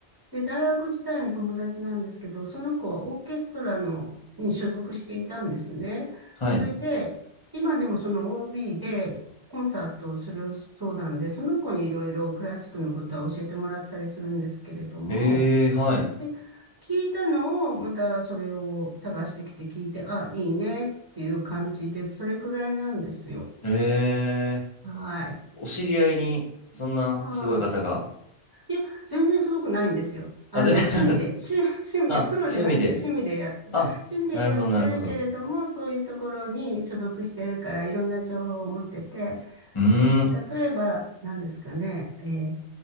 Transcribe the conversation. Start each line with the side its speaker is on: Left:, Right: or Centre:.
Right: で、大学時代の友達なんですけど、その子はオーケストラの、に所属していたんですね。
Left: はい。
Right: それで、今でもその OB でコンサートをするそうなんで、その子にいろいろクラシックのことは教えてもらったりするんですけれども、
Left: えーはい。
Right: で、聞いたのを、またそれを探してきて聞いて、あ、いいねっていう感じです。それくらいなんですよ。
Left: えー
Right: はい。
Left: お知り合いに、そんなすごい方が。
Right: はい。いや、全然すごくないんですよ。あの、
Left: あ、ぜ、
Right: 趣味で、
Left: <laughs>
Right: 趣、趣味で、
Left: あ、
Right: プロじゃなくて趣味でやって、
Left: 趣味で。あ、
Right: 趣味でやってるけれども、
Left: なるほど、なるほど。
Right: そういうところに所属してるから、いろんな情報を持ってて、
Left: うーん。
Right: で、例えば、何ですかね、えー